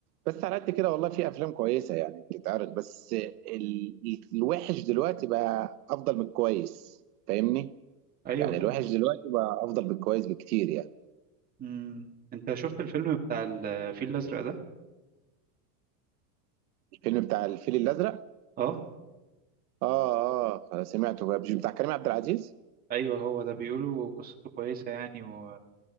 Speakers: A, on the right; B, on the right.
A: بس على قد كده والله في افلام كويسه يعني بتتعرض بس ال... الوحش دلوقتي بقى افضل من الكويس فاهمني
B: أيوه
A: يعني
B: فاهم
A: الوحش دلوقتي بقى افضل من الكويس بكتير يعني
B: أمم، أنت شفت الفيلم بتاع الفيل الأزرق ده؟
A: الفيلم بتاع الفيل الازرق
B: أه
A: اه اه سمعته بقى. مش بتاع كريم عبد العزيز
B: أيوه هو ده بيقولوا قصته كويسة يعني و...